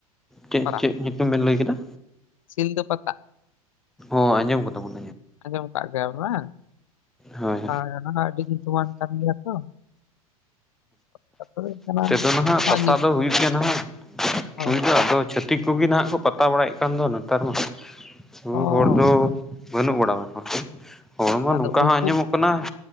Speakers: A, in the centre; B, on the left.
A: ᱪᱮᱫ
B: ᱯᱟᱨᱟ
A: ᱪᱮᱫ ᱧᱩᱛᱩᱢ ᱵᱮᱱ ᱞᱟᱹᱭ ᱠᱮᱫᱟ?
B: ᱥᱤᱞᱫᱟᱹ ᱯᱟᱛᱟ
A: ᱚᱸ ᱟᱸᱡᱚᱢ ᱠᱟᱫᱟ ᱵᱚᱱ
B: ᱟᱸᱡᱚᱢ ᱠᱟᱜ ᱜᱮᱭᱟᱢ ᱵᱟᱝ
A: ᱦᱳᱭ
B: ᱦᱚᱭ ᱚᱱᱟ ᱦᱚᱸ ᱟ. ᱰᱤ ᱜᱤ ᱧᱩᱛᱩᱢᱟᱱ ᱠᱟᱱ ᱜᱮᱭᱟ ᱛᱚ ᱛᱟᱨᱯᱚᱨᱮ ᱦᱩᱭᱩᱜ ᱠᱟᱱᱟ
A: ᱟᱫᱚ ᱱᱟᱦᱟᱜ ᱯᱟᱛᱟ
B: ᱦᱚᱸᱜᱼᱚᱭ ᱱᱤᱛ
A: ᱫᱚ ᱦᱩᱭᱩᱜ ᱜᱮᱭᱟ ᱱᱟᱦᱟᱜ
B: ᱦᱳᱭ
A: ᱧᱤᱫᱟ. ᱟᱫᱚ ᱪᱷᱟ. ᱼᱼ <unintelligible> ᱠᱟᱹᱴᱤᱡ ᱠᱚᱜᱮ ᱱᱟᱦᱟᱜ ᱠᱚ ᱯᱟᱛᱟ ᱵᱟᱲᱟᱭᱮᱫ ᱠᱟᱱ ᱫᱚ ᱱᱮᱛᱟᱨ ᱢᱟ ᱟᱵᱩ
B: ᱚ
A: ᱦᱚᱲ ᱫᱚ ᱵᱟᱹᱱᱩᱜ ᱵᱟᱲᱟᱣᱟ ᱦᱚᱲᱢᱟ ᱱᱚᱝᱠᱟ
B: ᱟᱫᱚ
A: ᱦᱚᱸ
B: ᱩᱱᱠᱩ
A: ᱟᱸᱡᱚᱢᱚᱜ ᱠᱟᱱᱟ